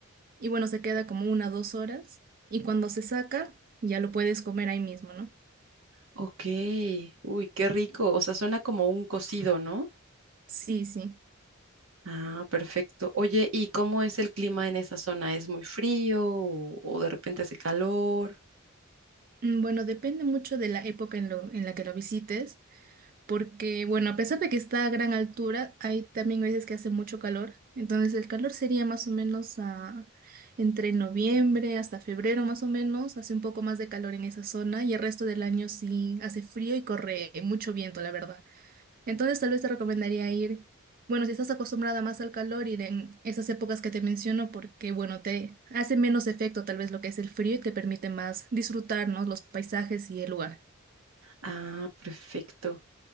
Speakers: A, on the right; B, on the right.
A: Y bueno, se queda como una o dos horas. Y cuando se saca, ya lo puedes comer ahí mismo, ¿no?
B: Ok. Uy, qué rico. O sea, suena como un cocido, ¿no?
A: Sí, sí.
B: Ah, perfecto. Oye, ¿y cómo es el clima en esa zona? ¿Es muy frío o, o de repente hace calor?
A: Mm, Bueno, depende mucho de la época en, lo- en la que lo visites. Porque, bueno, a pesar de que está a gran altura, hay también veces que hace mucho calor. Entonces el calor sería más o menos a- entre noviembre hasta febrero más o menos. Hace un poco más de calor en esa zona y el resto del año sí hace frío y corre mucho viento, la verdad. Entonces tal vez te recomendaría ir, bueno, si estás acostumbrada más al calor, ir en esas épocas que te menciono porque, bueno, te hace menos efecto tal vez lo que es el frío y te permite más disfrutar, ¿no? los paisajes y el lugar.
B: Ah, perfecto.